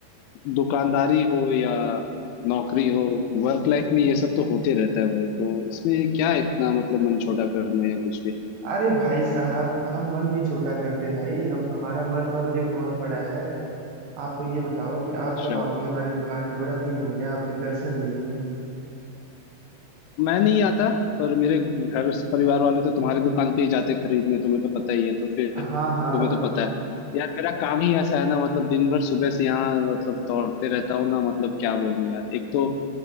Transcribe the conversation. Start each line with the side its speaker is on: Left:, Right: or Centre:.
Left: दुकानदारी हो या नौकरी हो वर्क लाइफ में ये सब तो होते रहता है भाई तो इसमें क्या इतना मतलब मन छोटा करना है या कुछ भी
Right: अरे भाई साहब हम मन नहीं छोटा करते भाई हम तो, हमारा मन और दिल बहुत बड़ा है आप तो ये बताओ कि आप
Left: अच्छा
Right: कब आओगे हमारे दुकान पे बड़ा दिन हो गया आपके दर्शन नहीं हुए
Left: मैं नहीं आता पर मेरे घर परिवार वाले तो तुम्हारी दुकान पे ही जाते खरीदने तुम्हें तो पता ही है तो फिर
Right: हाँ
Left: तुम्हें
Right: हाँ
Left: तो पता है यार मेरा काम ही ऐसा है ना मतलब दिन भर सुबह से यहाँ मतलब दौड़ते रहता हूँ ना मतलब क्या बोलूं यार एक तो